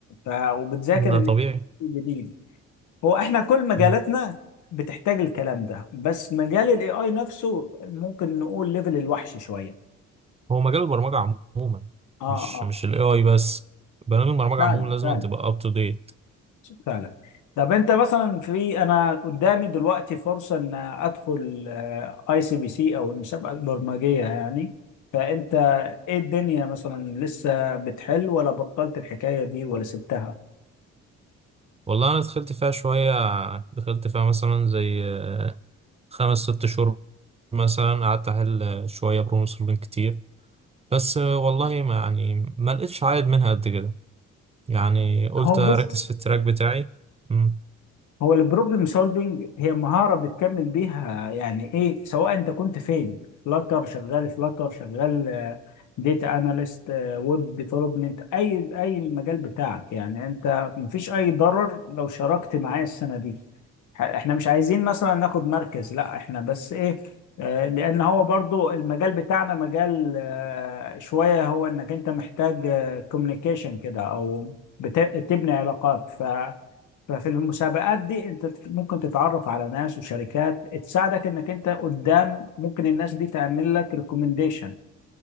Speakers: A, on the left; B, on the right.
A: ف وبتذاكر
B: ده
A: انك
B: طبيعي
A: انت جديد هو احنا كل مجالاتنا
B: مم.
A: بتحتاج الكلام ده بس مجال الاي اي نفسه ممكن نقول ليفل الوحش شويه
B: هو مجال البرمجة عموما
A: اه
B: مش
A: اه
B: مش الاي اي بس برامج البرمجة
A: فعلا
B: عموما لازم
A: فعلا
B: أن تبقى اب تو ديت
A: فعلا طب انت مثلا في انا قدامي دلوقتي فرصه ان ادخل اي سي بي سي او المسابقه البرمجيه يعني فانت ايه الدنيا مثلا لسه بتحل ولا بطلت الحكايه دي ولا سبتها
B: والله انا دخلت فيها شوية دخلت فيها مثلا زي آه، خمس ست شهور مثلا قعدت احل آه، شوية بروبلم سولفنج كتير بس آه، والله ما يعني ما لقيتش عائد منها قد كده يعني قلت
A: هو بص
B: اركز في التراك بتاعي مم.
A: هو البروبلم سولفنج هي مهارة بتكمل بيها يعني ايه سواء انت كنت فين فلاتر شغال فلاتر شغال داتا اناليست ويب ديفلوبمنت اي اي المجال بتاعك يعني انت مفيش اي ضرر لو شاركت معايا السنة دي ح- احنا مش عايزين مثلا ناخد مركز لا احنا بس ايه آه، لان هو برضو المجال بتاعنا مجال آه، شوية هو انك انت محتاج كوميونيكيشن كده او بت- بتبني علاقات ففي المسابقات دي انت تك- ممكن تتعرف على ناس وشركات تساعدك انك انت قدام ممكن الناس دي تعمل لك ريكومنديشن